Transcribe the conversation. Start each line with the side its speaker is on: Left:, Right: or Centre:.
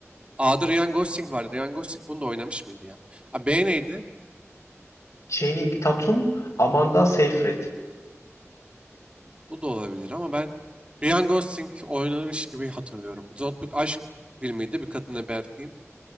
Right: A'da Ryan Gosling vardı. Ryan Gosling bunu da oynamış mıydı ya? A, B neydi?
Left: Channing Tatum, Amanda Seyfried.
Right: Bu da olabilir ama ben Ryan Gosling oynamış gibi hatırlıyorum. Zontbuk aşk filmiydi bir kadınla bir erkeğin.